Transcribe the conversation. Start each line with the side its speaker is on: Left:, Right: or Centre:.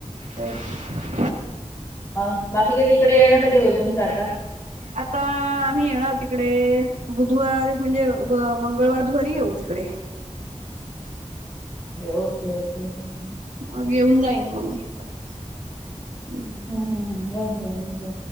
Right: हो <unintelligible>
Left: हा, बाकी कधी इकडे येणं कधी होईल, तुमचं आता?
Right: आता, आम्ही येणार आहो तिकडे, बुधवार म्हणजे ब मंगळवार, बुधवारी येऊ. तिकडे....
Left: <inaudible> <inaudible> <inaudible>
Right: मग येऊन जाईन म मी. हं.
Left: हंहंहं येऊन जा, येऊन जा.